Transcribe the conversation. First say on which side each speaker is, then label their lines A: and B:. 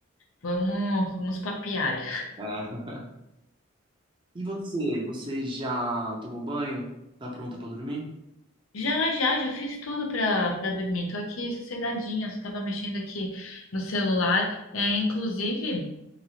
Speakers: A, on the left; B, on the right.
A: Vamos, vamos papear.
B: É. E você? Você já tomou banho? Tá pronta pra dormir?
A: Já, já, já fiz tudo pra, pra dormir. Tô aqui sossegadinha, só tava mexendo aqui no celular. É, inclusive,